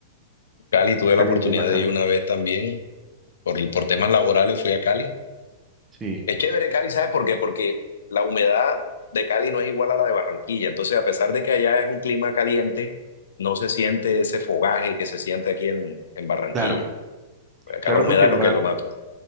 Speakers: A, on the left; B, on the right.
A: Cali tuve la
B: Cali
A: oportunidad
B: es muy bacano.
A: de ir una vez también, por, por temas laborales fui a Cali.
B: Sí,
A: Es chévere Cali, ¿sabes por qué? Porque la humedad de Cali no es igual a la de Barranquilla. Entonces, a pesar de que allá es un clima caliente, no se siente ese fogaje que se siente aquí en, en Barranquilla.
B: claro,
A: Acá
B: claro
A: la humedad
B: porque el
A: es lo
B: mar,
A: que lo mata.